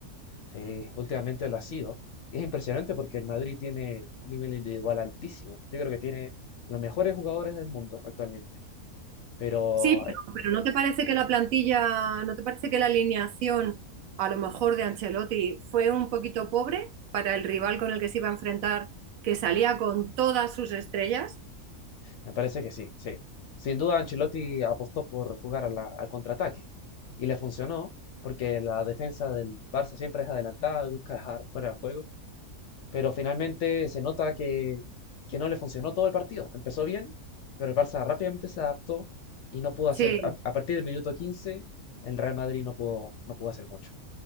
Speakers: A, on the left (about 65°); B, on the right (about 70°).
A: Sí, últimamente lo ha sido. Y es impresionante porque el Madrid tiene un nivel individual altísimo. Yo creo que tiene los mejores jugadores del mundo actualmente. Pero
B: Sí, pero, pero ¿no te parece que la plantilla, no te parece que la alineación a lo mejor de Ancelotti fue un poquito pobre para el rival con el que se iba a enfrentar, que salía con todas sus estrellas?
A: Me parece que sí, sí. Sin duda, Ancelotti apostó por jugar a la- al contraataque y le funcionó porque la defensa del Barça siempre es adelantada, busca dejar fuera de juego, pero finalmente se nota que, que no le funcionó todo el partido. Empezó bien, pero el Barça rápidamente se adaptó y no pudo
B: Sí,
A: hacer, a, a partir del minuto 15, el Real Madrid no pudo, no pudo hacer mucho.